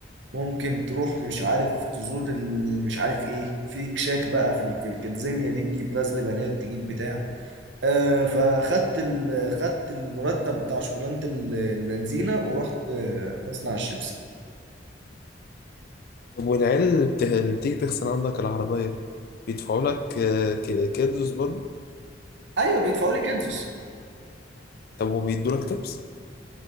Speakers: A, on the right (about 75°); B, on the left (about 55°).
A: ممكن تروح مش عارف تزور ال... مش عارف ايه في كشاك بقى في ال... في الكنزينيا دي تجيب غزل بنات تجيب بتاع آه فخدت ال... خدت المرتب بتاع شغلانة ال- البنزينة ورحت آه، مصنع الشيبسي
B: طب والعيال اللي, بت... اللي بتيجي تغسل عندك العربية بيدفعوا لك آه، ك- كيدز برضه
A: ايوه بيدفعوا لي كدزوس
B: طب وبيدوا لك تبس